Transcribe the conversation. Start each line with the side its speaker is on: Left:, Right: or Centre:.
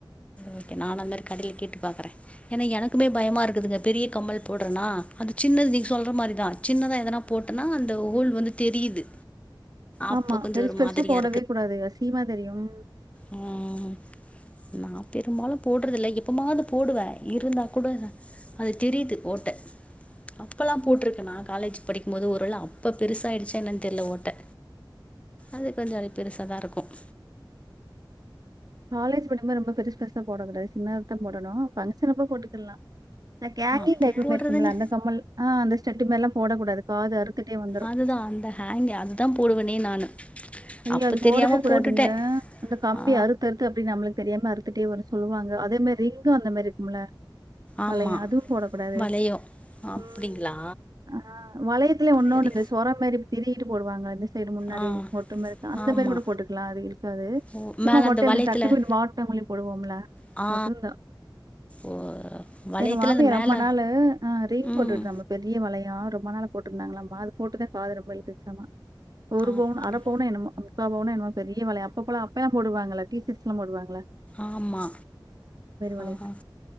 Left: ஓகே நா அந்த மாதிரி கடையில கேட்டு பாக்குறே ஏன்னா எனக்குமே பயமா இருக்குதுங்க பெரிய கம்மல் போடுறேன்னா அது சின்னது நீங்க சொல்ற மாரிதா சின்னதா எதனா போட்டேனா அந்த ஹோல் வந்து தெரியுது அப்போ
Right: ஆமா
Left: கொஞ்சோ
Right: பெருசு
Left: ஒரு
Right: பெருசா
Left: மாதிரியா
Right: போடவே கூடாதுங்க அசிங்கமா தெரியும்
Left: உம் நா பெரும்பாலு போடுறதில்ல எப்பமாவது போடுவே இருந்தா கூட அது தெரியுது ஓட்ட அப்பல்லா போட்டிருக்கே நானன காலேஜ் படிக்கும் போது ஒருவேள அப்ப பெருசா ஆயிடுச்சே என்னன்னு தெரியல ஓட்ட அது கொஞ்சோ அதுபெருசாதா இருக்கும்
Right: காலேஜ் படிக்கும் போநது ரொம்ப பெருசு பெருசா போடக் கூடாது சின்னதத்தா போடணு பங்க்ஷன் அப்ப போட்டுக்கலா ந்த ஹேங்கிங்
Left: அப்போ
Right: டைப் மாரி
Left: போடுறதுங்க
Right: இருக்கும்ல அந்த கம்மல் ஆஹ் அந்த ஸ்டட் மாரில்லா போடக் கூடாது காது அறுத்துட்டே வந்துரும்
Left: அதுதா அந்த ஹேங் அதுதா போடுவனே நானு
Right: ஐயோ
Left: அப்ப
Right: அது
Left: தெரியாம
Right: போடவே கூடாதுங்க
Left: போட்டுட்டே
Right: அந்த கம்பி
Left: ஆ
Right: அறுத்து அறுத்து அப்டி நம்புளுக்கு தெரியாமே அறுத்துரு துட்டே வரு சொல்லுவாங்க அதே மே ரிங்கு அந்த மேரி இருக்கும்ல
Left: ஆமா
Right: வளைய அதுவு போடக்கூடாது
Left: வளையோ அப்டிங்களா
Right: ம் ஆ வளையத்துலயே ஒன்னொன்னு
Left: சரி
Right: இந்த சொர மாரி திருவிட்டு போடுவாங்க அது சைடு முன்னாடி
Left: ஆ
Right: அந்த மாரிதா அந்த
Left: ஆமா
Right: மாரி கூட போட்டுக்லா அது இருக்காது
Left: ஓ
Right: சும்மா
Left: மேல
Right: மொட்டயா
Left: வளையத்துல
Right: அந்த டக்குன் இப்டி மாட்ல மாரி போடுவோம்ல
Left: ஆ
Right: அதுந்தா
Left: ஓ வளையத்துல
Right: எங்க மாமியா
Left: அந்த மேல
Right: ரொம்ப நாளு ஆ ரிங்
Left: ம்
Right: போட்டுட்ருந்தாம பெரிய வளையொ ரொம்ப நாளா போட்டுருந்தாங்களாமா அது போட்டுத காது ரொம்ப இழுத்துருச்சாமா ஒரு
Left: அப்படி
Right: பவுன் அர என்னமோ முக்கா பவுனோ என்னமோ பெரிய வளையொ அப்பப்போலா அப்பெயல்லா போடுவாங்கள டீச்சர்ஸ்லா போடுவாங்கல
Left: ஆமா
Right: வளையம்.
Left: ஆ